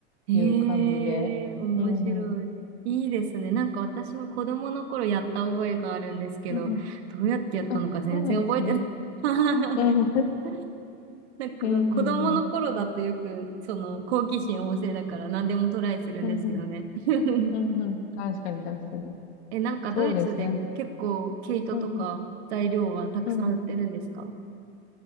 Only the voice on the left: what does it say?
いう感じで。うんうん。
うんうん。
あ、そうなんですね。
うんうん。
うんうんうん。うんうん。
うんうん。確かに確かに。
そうですね。うんうん。うんうん。